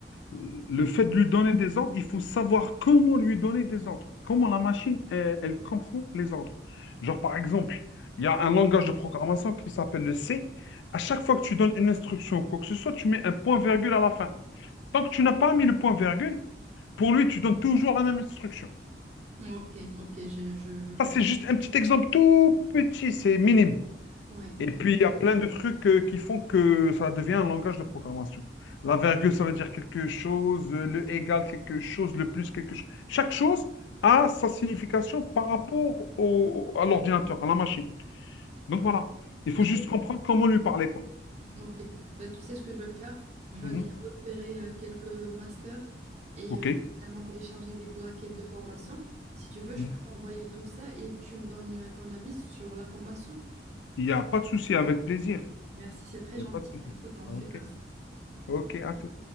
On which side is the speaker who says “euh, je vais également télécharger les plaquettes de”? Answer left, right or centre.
Right